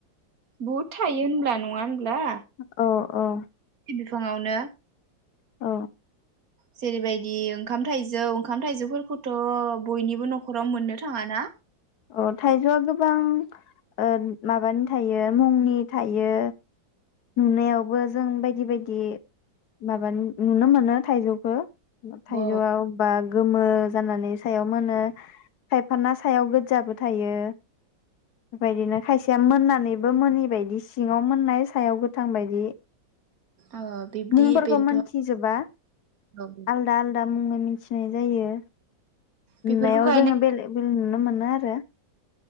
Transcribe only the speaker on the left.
औ औ
औ
अ थाइजौआ गोबां ओ माबानि थायो मुंनि थायो। नुनायावबो जों बाय दिबायदि माबा नुनो मोनो थाइजौखो। थाइजौआव
बा गोमो जानानै सायाव मोनो खायफाना सायाव गोजाबो थायो बेबायदिनो खायसेया मोननानैबो मोनोनिबायायदि सिङाव मोननाय सा सायाव गोथां बायदि
मुंफोरखौ
मोन्थिजोबा
आलदा आलदा मुंङै थिनाय जायो
नुनायाव
जोङो बेलेग बेलेग नुनो मोनो आरो।